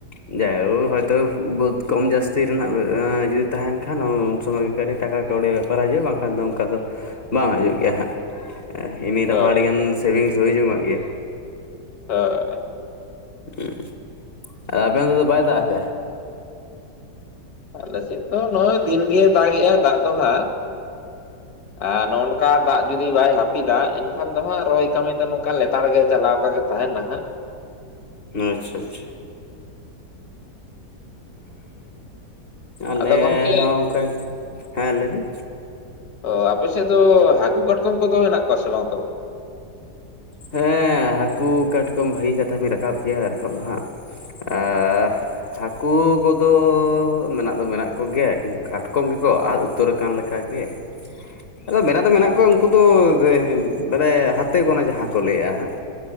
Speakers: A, on the left; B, on the left.
A: ᱡᱟᱭᱦᱳ ᱦᱚᱭᱛᱚ ᱵᱟᱹᱫ ᱠᱚᱢ ᱡᱟᱹᱥᱛᱤ ᱨᱮᱱᱟᱜ ᱮᱸ ᱡᱩᱫᱤ ᱛᱟᱦᱮᱱ ᱠᱷᱟᱱ ᱩᱱ ᱥᱚᱢᱚᱭ ᱜᱮ ᱠᱷᱟᱹᱞᱤ ᱴᱟᱠᱟ ᱠᱟᱹᱣᱰᱤ ᱵᱮᱯᱟᱨ ᱦᱤᱡᱩᱜᱼᱟ ᱵᱟᱝᱠᱷᱟᱱ ᱫᱚ ᱚᱝᱠᱟ ᱫᱚ ᱵᱟᱝ ᱦᱤᱡᱩᱜ ᱜᱮᱭᱟ ᱦᱟᱸᱜ ᱮ ᱤᱱ
B: ᱦᱳᱭ
A: ᱦᱚᱸ ᱟᱹᱰᱤ ᱜᱟᱱ ᱥᱮᱵᱷᱤᱝ ᱥᱩᱭ ᱡᱚᱝᱟᱜ ᱜᱮᱭᱟ᱾
B: <inaudible>
A: ᱩᱸ ᱟᱨ ᱟᱵᱮᱱ ᱫᱚ ᱵᱟᱭ ᱫᱟᱜ ᱠᱟᱜᱼᱟᱭ?
B: ᱟᱞᱮ ᱥᱮᱫ ᱫᱚ ᱱᱚᱜᱼᱚᱭ ᱫᱤᱱᱜᱮ ᱫᱟᱜ ᱮᱜᱟᱭ ᱫᱟᱜ ᱫᱚ ᱦᱟᱸᱜ᱾ ᱟᱨ ᱱᱝᱚᱭ ᱱᱚᱝᱠᱟ ᱫᱟᱜ ᱡᱩᱫᱤ ᱵᱟᱭ ᱦᱟᱹᱯᱤᱫᱟ ᱮᱱᱠᱷᱟᱱ ᱫᱚ ᱦᱟᱸᱜ ᱨᱚᱦᱚᱭ ᱠᱟᱹᱢᱤ ᱫᱚ ᱱᱚᱝᱠᱟ ᱞᱮᱛᱟᱲᱜᱮ ᱪᱟᱞᱟᱣ ᱠᱟᱜᱮ ᱛᱟᱦᱮᱸᱱᱟ ᱦᱟᱸᱜ᱾
A: ᱟᱪᱪᱷᱟ ᱟᱪᱪᱷᱟ᱾ ᱟᱞᱮ
B: ᱟᱫᱚ ᱜᱚᱝᱠᱮ
A: ᱦᱚᱸ ᱚᱝᱠᱟ ᱦᱮᱸ ᱞᱟᱹᱭᱵᱤᱱ᱾
B: ᱚ ᱟᱯᱮ ᱥᱮᱫ ᱫᱚ ᱦᱟᱹᱠᱩ ᱠᱟᱴᱠᱚᱢ ᱠᱚᱫᱚ ᱦᱮᱸᱱᱟᱜ ᱠᱚᱣᱟ ᱥᱮ ᱵᱟᱝ ᱛᱚᱵᱮ?
A: ᱦᱮᱸ ᱦᱟᱹᱠᱩ ᱠᱟᱴᱠᱚᱢ ᱵᱷᱟᱜᱤ ᱠᱟᱛᱷᱟ ᱵᱮᱱ ᱨᱟᱠᱟᱵ ᱠᱮᱜ-ᱟ ᱨᱟᱠᱟᱵ ᱫᱚ ᱦᱟᱸᱜ, ᱟᱦ᱾ ᱦᱟᱹᱠᱩ ᱠᱚᱫᱚ ᱢᱮᱱᱟᱜ ᱫᱚ ᱢᱮᱱᱟᱜ ᱠᱚᱜᱮᱭᱟ, ᱠᱤᱱᱛᱩ ᱠᱟᱴᱠᱚᱢ ᱜᱮᱠᱚ ᱟᱫ ᱩᱛᱟᱹᱨ ᱠᱟᱱ ᱞᱮᱠᱟᱜᱮ, ᱟᱫᱚ ᱢᱮᱱᱟᱜ ᱫᱚ ᱢᱮᱱᱟᱜ ᱠᱚᱭᱮᱣᱟ ᱩᱱᱠᱩ ᱫᱚ ᱢᱟᱱᱮ ᱦᱟᱛᱮ ᱜᱤᱱᱟ ᱡᱟᱦᱟᱸ ᱠᱚ ᱞᱟᱹᱭᱟ ᱦᱟᱸᱜ